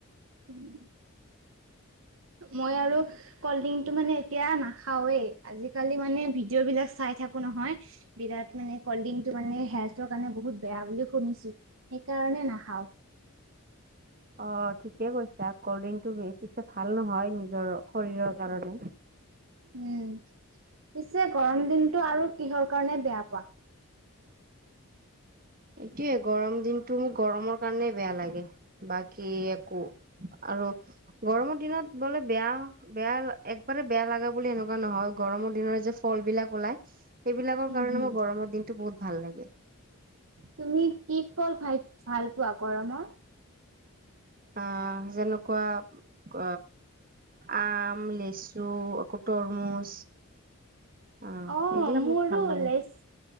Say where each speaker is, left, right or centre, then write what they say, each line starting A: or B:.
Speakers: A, on the right (about 60°); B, on the right (about 40°).
A: উম। মই আৰু কলড্ৰিংটো মানে এতিয়া নাখাওৱেই আজিকালি মানে ভিডিঅ' বিলাক চাই থাকো নহয়। বিৰাট মানে কল্ডড্ৰিংকটো মানে হেল্থৰ কাৰণে বহুত বেয়া বুলি শুনিছোঁ। সেইকাৰণে নাখাওঁ।
B: অ ঠিকে কৈছা কল্ডড্ৰিংকটো বেছি ভাল নহয় নিজৰ শৰীৰৰ কাৰণে
A: উম পিছে গৰম দিনটো আৰু কিহৰ কাৰণে বেয়া পোৱা।
B: এইটোয়ে গৰম দিনটো মোক গৰমৰ কাৰণেই বেয়া লাগে বাকী একো আৰু গৰমৰ দিনত বোলে বেয়া বেয়া একবাৰে বেয়া লগা বুলি এনেকুৱা নহয় গৰমৰ দিনৰে যে ফল বিলাক ওলাই সেইবিলাকৰ
A: হম
B: কাৰণে
A: হম।
B: মই গৰমৰ দিনটো বহুত ভাল লাগে।
A: তুমি কি ফল ভাই ভাল পোৱা গৰমত?
B: অহ যেনেকুৱা ক আম, লেচু আকৌ তৰমুজ আহ
A: অ
B: এইগিলা
A: মোৰো
B: বহুত ভাল লাগে
A: লেচু